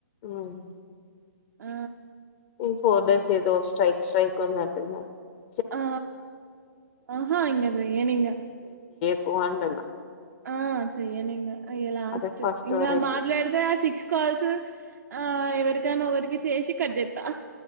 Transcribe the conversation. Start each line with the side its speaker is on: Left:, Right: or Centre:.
Left: మ్మ్
Right: ఆ
Left: ఈ ఫోర్ డేస్ ఏదో స్ట్రైక్ స్ట్రైక్ <unintelligible>
Right: ఆ ఆహా ఇంకా చెయ్యను ఇగ
Left: పో అంటూనా
Right: ఆ చెయ్యను ఇగ లాస్ట్
Left: అదే ఫస్ట్
Right: ఇంకా
Left: వరకి
Right: మాట్లాడితే ఆ సిక్స్ కాల్స్ ఆ ఎవరికనా ఒకవరికి చేసి కట్ చేస్తా